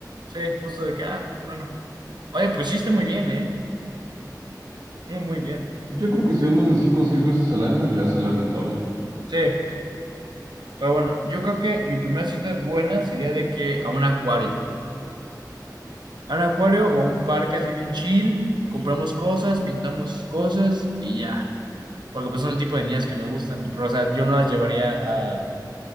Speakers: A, on the right (about 85°); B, on the right (about 65°).
A: sí, justo de que, ah, bueno. Oye, pues sí está muy bien, ¿eh? Muy, muy bien.
B: Yo creo que si es más de 5 o 6 veces al año, ya sale rentable.
A: Sí, pero bueno, yo creo que mi primera cita buena sería de que a un acuario. a un acuario o a un parque así bien chill, compramos cosas, pintamos cosas y ya. Porque pues son el tipo de niñas que me gustan, pero o sea, yo no las llevaría a